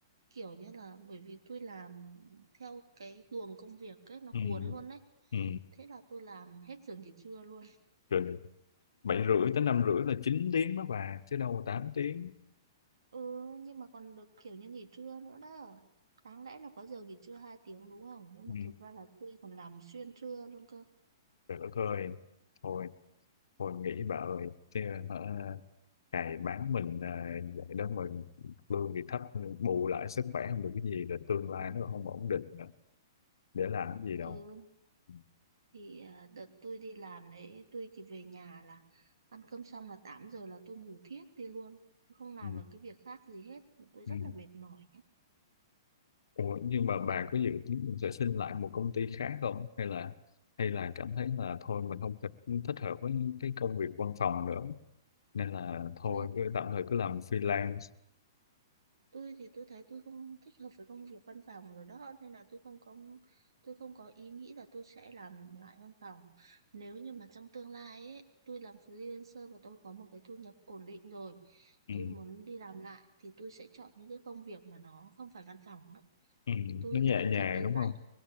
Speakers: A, on the right; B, on the left.
A: kiểu như là bởi vì tôi làm theo cái luồng công việc ấy nó cuốn
B: ừ
A: luôn đấy
B: ừ
A: thế là tôi làm hết giờ nghỉ trưa luôn
B: rồi bảy rưỡi tới năm rưỡi là 9 tiếng đó bà chứ đâu là 8 tiếng
A: Ừ, nhưng mà còn được kiểu như nghỉ trưa nữa đó. Đáng lẽ là có giờ nghỉ trưa 2 tiếng đúng không? Nhưng
B: ừ.
A: mà thực ra là tôi còn làm xuyên trưa luôn cơ.
B: trời đất ơi thôi thôi nghỉ bà ơi chứ hả cày bán mình à, vậy đó mà lương thì thấp bù lại sức khỏe không được cái gì rồi tương lai nó không ổn định nữa. để làm cái gì đâu
A: Ừ,
B: ừ.
A: thì à, đợt tôi đi làm đấy, tôi chỉ về nhà là ăn cơm xong là 8 giờ là tôi ngủ thiếp đi luôn. Tôi Không làm
B: Ừ.
A: được cái việc khác gì hết. Tôi rất
B: ừ.
A: là mệt mỏi
B: Ủa, nhưng mà bà có dự tính mình sẽ xin lại một công ty khác không hay là hay là cảm thấy là thôi mình không thích, thích hợp với cái công việc văn phòng nữa nên là thôi
A: nhé.
B: cứ tạm thời cứ làm freelance
A: tôi thì tôi thấy tôi không thích hợp với công việc văn phòng rồi đó nên là tôi không có tôi không có ý nghĩ là tôi sẽ làm lại văn phòng nếu như mà trong tương lai ấy tôi làm freelancer và tôi có một cái thu nhập ổn định rồi
B: ừ.
A: tôi muốn đi làm lại thì tôi sẽ chọn những cái công việc mà nó không phải văn phòng đó.
B: Ừ.
A: tôi
B: nó nhẹ
A: thì tôi
B: nhàng
A: thích đi
B: đúng
A: dạy
B: không